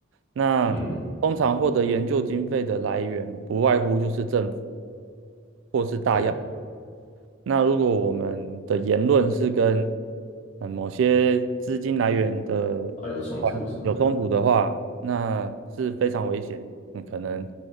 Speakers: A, on the right; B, on the left.
A: 那通常获得研究经费的来源，
B: 嗯，
A: 不外乎就是政府。或是大药。
B: 对，
A: 那如果我们的言论是跟嗯某些资金来源的集团有冲突的话，
B: 啊，有冲突什么的。
A: 那是非常危险。你可能